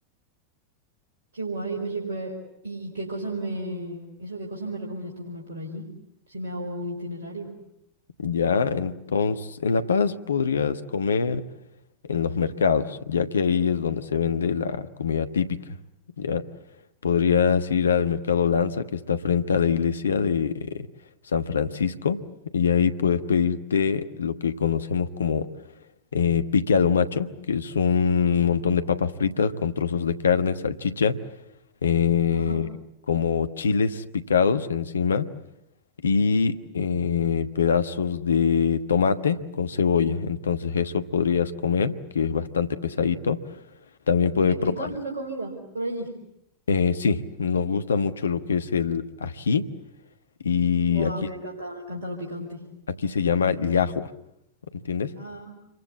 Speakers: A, on the right; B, on the left.
A: Qué guay. Oye, pues, ¿y, y qué cosas me... Eso, qué cosas me recomiendas tú comer por allí? Si me hago un itinerario.
B: Ya, entonces, en La Paz podrías comer en los mercados, ya que ahí es donde se vende la comida típica. Ya, podrías ir al mercado Lanza, que está frente a la iglesia de San Francisco, y ahí puedes pedirte lo que conocemos como eh, pique a lo macho, que es un montón de papas fritas con trozos de carne, salchicha, eh,
A: Ajá.
B: como chiles picados encima y eh, pedazos de tomate con cebolla. Entonces eso podrías comer, que es bastante pesadito. También puedes
A: ¿Es
B: probar.
A: picante la comida por allí?
B: eh, sí, nos gusta mucho lo que es el ají y
A: Guau,
B: aquí,
A: a mí me encanta, me encanta lo picante.
B: aquí se llama llajua, ¿entiendes?
A: Ah,